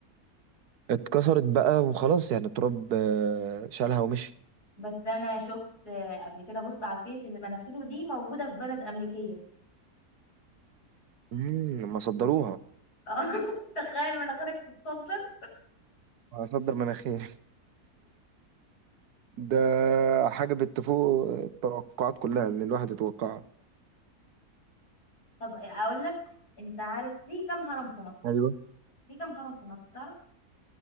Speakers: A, on the right (about 75°); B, on the left (about 75°).
A: اتكسرت بقى وخلاص يعني التراب آه، شالها ومشي
B: بس انا شفت آه، قبل كده بص على الفيس ان مناخيره دي موجوده في بلد امريكيه
A: امم ما صدروها
B: اه <laughs> تخيل مناخيرك تتصدر
A: هصدر مناخيري ده حاجة بتفوق التوقعات كلها اللي الواحد يتوقعها
B: طب اقول لك انت عارف في كام هرم في مصر
A: ايوه
B: في كم هرم في مصر تعرف؟